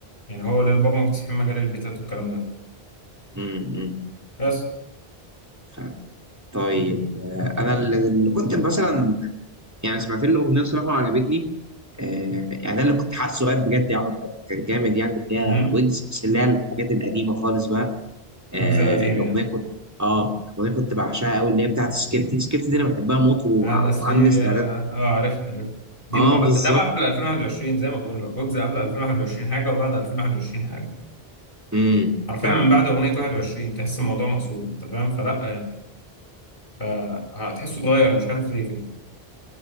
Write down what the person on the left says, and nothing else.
يعني هو وليل بابا مكتسحين مجال البيتات والكلام ده
بس
امم
الجزء القديم
يعني
على سرير
يا اه عرفت عرفت دي
من-
ده بقى قبل 2021 زي ما بقول لك وجز قبل 2021 حاجه وبعد 2021 حاجه
حرفيا
من بعد اغنيه 21 تحس الموضوع مقصود انت فاهم فلا يعني فهتحسه اتغير مش عارف ليه كده